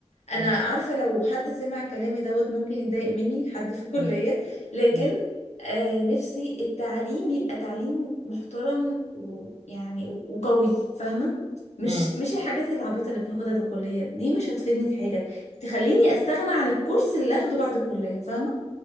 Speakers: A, on the left; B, on the right.
A: انا
B: امم
A: عارفه لو حد سمع كلامي دوت ممكن يتضايق مني حد في الكليه
B: امم
A: لكن
B: امم
A: آه نفسي التعليم يبقى تعليم محترم ويعني و- وقوي فاهمه مش
B: امم
A: مش الحاجات العبيطه اللي بناخدها في الكليه دي مش هتفيدني في حاجه تخليني استغنى عن الكورس اللي اخده بعد الكليه فاهمه